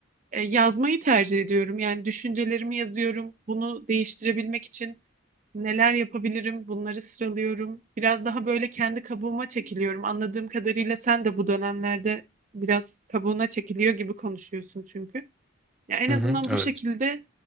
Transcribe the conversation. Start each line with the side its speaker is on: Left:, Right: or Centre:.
Right: e, yazmayı tercih ediyorum. Yani düşüncelerimi yazıyorum. Bunu değiştirebilmek için Neler yapabilirim? Bunları sıralıyorum. Biraz daha böyle kendi kabuğuma çekiliyorum. Anladığım kadarıyla sen de bu dönemlerde biraz kabuğuna çekiliyor gibi konuşuyorsun çünkü. Ya en
Centre: Hı
Right: azından
Centre: hı,
Right: bu
Centre: evet.
Right: şekilde